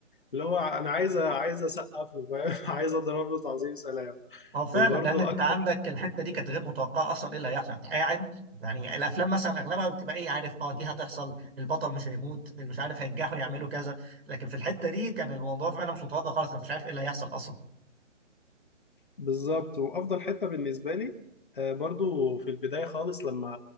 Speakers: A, on the left; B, on the right.
A: اللي هو انا عايز عايز اسقف له فاهم؟ <laughs> عايز اضرب له تعظيم سلام
B: اه فعلا
A: وبرضه
B: لان انت
A: اكتر
B: عندك الحته دي كانت غير متوقعه اصلا ايه اللي هيحصل انت قاعد يعني الافلام مثلا اغلبها بتبقى ايه عارف اه دي هتحصل البطل مش هيموت اللي مش عارف هينجحوا يعملوا كذا لكن في الحته دي كان الموضوع فعلا مش متوقع خالص انا مش عارف ايه اللي هيحصل اصلا
A: بالظبط وافضل حته بالنسبه لي آه، برضو في البدايه خالص لما